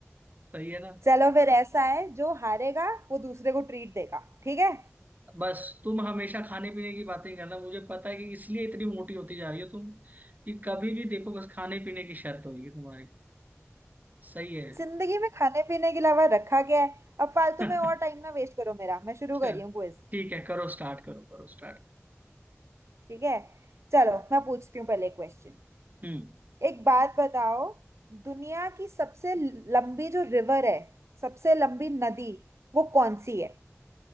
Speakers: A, on the right (about 35°); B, on the right (about 70°).
A: सही है ना
B: चलो फिर ऐसा है जो हारेगा वो दूसरे को ट्रीट देगा ठीक है
A: बस तुम हमेशा खाने पीने की बातें करना मुझे पता है कि इसलिए इतनी मोटी होती जा रही हो तुम कि कभी भी देखो बस खाने पीने की शर्त होगी तुम्हारी सही है
B: जिंदगी में खाने पीने के अलावा रखा क्या है अब फालतू
A: <laughs>
B: में और टाइम ना वेस्ट करो मेरा मैं शुरू
A: चल
B: कर रही हूँ क्विज
A: ठीक है करो स्टार्ट करो करो स्टार्ट
B: ठीक है चलो मैं पूछती हूँ पहले क्वेश्चन
A: हम्म
B: एक बात बताओ दुनिया की सबसे लंबी जो रिवर है सबसे लंबी नदी वो कौन सी है